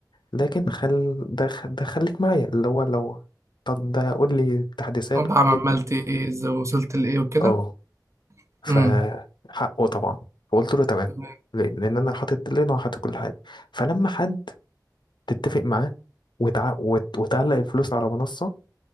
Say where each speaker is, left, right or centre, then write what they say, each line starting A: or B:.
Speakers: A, on the left; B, on the right.
A: لكن خل ده خ- ده خليك معايا اللي هو لو طب ده قول لي تحديثات
B: طب
A: قول
B: عملت
A: لي
B: ايه ازاي وصلت لايه وكده
A: اه فحقه
B: امم
A: طبعا فقلت له تمام
B: تمام
A: ليه؟ لان انا حاطط ديدلاين وحاطط كل حاجه فلما حد تتفق معاه وتع... وت... وتعلق الفلوس على منصه